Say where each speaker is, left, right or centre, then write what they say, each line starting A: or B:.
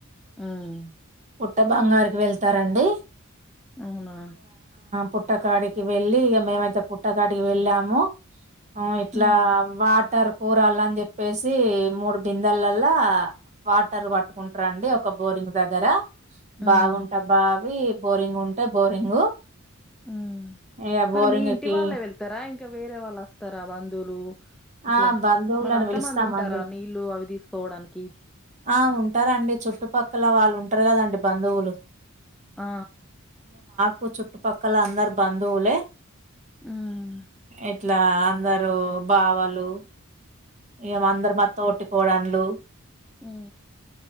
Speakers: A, in the centre; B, on the right.
A: హ్మ్
B: పుట్ట బంగారిక్ వెళ్తారండి
A: అవునా
B: పుట్టకాడికి వెళ్ళీ ఇగ మేమైతే పుట్టకాడికి వెళ్ళాము ఇట్లా
A: ఉమ్
B: వా వాటర్ కూరాల్ అని చెప్పేసి మూడు బిందల్లలా వాటర్ పట్టుకుంట్రు అండి ఒక బోరింగ్ దగ్గర బావుంటే
A: ఉమ్
B: బావి బోరింగ్ ఉంటే బోరింగు
A: ఆ
B: ఇగ
A: మరి
B: బోరింగ్కి
A: మీ ఇంటి వాళ్ళే వెళ్తారా ఇంకా వేరే వాళ్ళు వస్తారా బంధువులు ఇట్లా
B: ఆ బంధువులను
A: మరి అంత
B: పిలుస్తామండి
A: మంది ఉంటారా నీళ్లు అవి తీసుకోవడానికి
B: ఆ ఉంటారండి చుట్టుపక్కల వాళ్ళు ఉంటారు కదండి బంధువులు
A: ఆ
B: ఈ చుట్టుపక్కల అందరు బంధువులే
A: ఉమ్
B: ఇట్లా అందరు బావలు ఏమో అందరు మా తోటి కోడళ్లు
A: అ